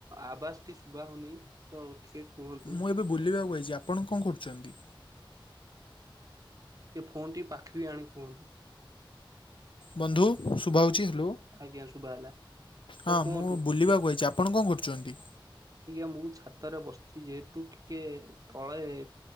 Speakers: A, on the right; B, on the left.
A: ଆବାସ ଟି ଶୁଭା ହଉନି ତ ଟିକେ କୁହନ୍ତୁ
B: ମୁଁ ଏବେ ବୁଲିବାକୁ ଆଇଚି ଆପଣ କଣ କରୁଛନ୍ତି?
A: ଏ ଫୋନ୍ ଟି ପାଖ ରେ ଆଣି କୁହନ୍ତୁ।
B: ବନ୍ଧୁ ଶୁଭା ହଉଛି ହାଲୋ
A: ଆଜ୍ଞା ଶୁଭା ହେଲା। ତ
B: ହଁ
A: କୁହନ୍ତୁ
B: ମୁଁ ବୁଲିବା କୁ ଆଇଚି ଆ ପଣ କଣ କରୁଚନ୍ତି?
A: ଆଜ୍ଞା ମୁଁ ଛାତରେ ବସିଛି ଯେହେତୁ ଟିକେ ତଳେ